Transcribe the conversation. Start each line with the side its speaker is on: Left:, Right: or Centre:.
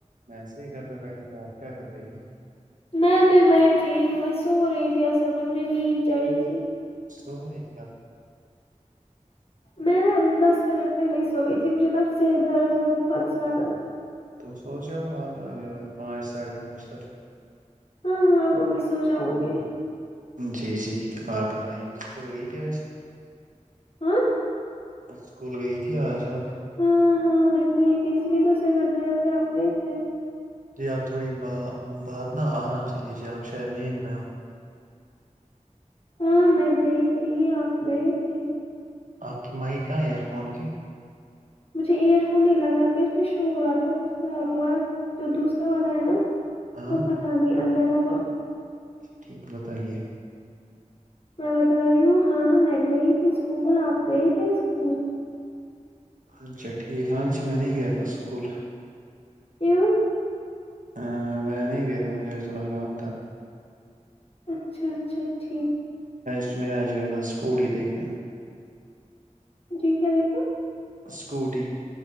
Right: میں ایسے ہی گھر پہ بیٹھا تھا آپ کیا کر رہی ہو
Left: میں بیٹھی میں سو رہی تھی اصل میں مجھے نیند چڑی تھی
Right: سوری <inaudible>
Left: میں دس منٹ پہلے ہی سوئی مجھے نا سر درد ہوا بہت زیادہ
Right: تو سوؤ حال یہ پانچ ساڑھے پانچ تک
Left: ہاں ہاں آپ ابھی سو جاؤں گے
Right: جی جی اور بتائیے اسکول گئی تھی آج
Left: ہوں
Right: اسکول گئی تھی آج آب
Left: ہاں ہاں میں گئی تھی اس لیے تو سم د رہے تھے آپ گئے تھے <inaudible>
Right: جی آپ تھوڑی ب بات نہ آرام سے کیجیے آپ شاید نیند پئے ہو
Left: ہاں میں گئی تھی آپ گئے تھے
Right: آپ کی مایک کہاں ہیں ایئر فون کی
Left: مجھے ایئر فون نہیں لگا کہ اس میں شور آ تھا وہ خراب ہوا ہے جو دوسرا والا ہے نا
Right: ہاں
Left: وہ پت نہیں اندر ہو ہاں <inaudible>
Right: اچھا ٹھیک بتائیے
Left: میں بتا رہی ہوں ہاں میں گئی تھی اسکول آپ گئے تھے اسکول
Right: ہاںھا ٹھیک ہاں جی میں نہیں گیا تھا اسکول
Left: <inaudible>
Right: ہ میں نہیں گیا تھا مجھے تھوڑا کام تھا
Left: اچھا اچھاچھ ٹھ
Right: اس میں آچ گیا تھا اسکوٹی ہی دیکھنے
Left: جی کیا دیکھے
Right: اسکوٹی